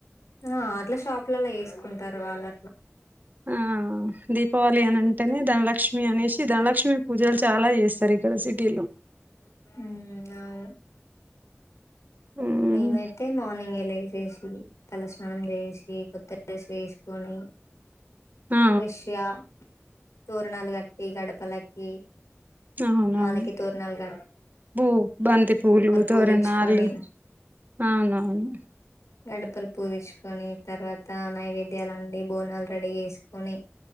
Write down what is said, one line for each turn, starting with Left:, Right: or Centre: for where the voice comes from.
Left: ఆ అట్లా షాప్లలా వేసుకుంటారు వాళ్ళు అట్లా
Right: ఆ దీపావళి అని అంటేనే ధనలక్ష్మి అనేసి ధనలక్ష్మి పూజలు చాలా చేస్తారు ఇక్కడ సిటీలో
Left: ఉ అవును
Right: హ్మ్.
Left: మేమైతే మార్నింగ్ లేసి ఏసినం తల స్నానం చేసి కొత్త డ్రెస్ వేసుకొని
Right: ఆ
Left: ఫ్రెష్ గా తోరణాలు కట్టి గడపలకి
Right: అవునవును
Left: గుమాలకి తోరునాలు గ
Right: పూ బంతి పూలు తోరణళు
Left: పూదించుకొని
Right: అవునవును
Left: గడపలు పూగచ్చుకొని తర్వాత నైవేద్యాలండి బోనాలు రెడీ చేసుకొని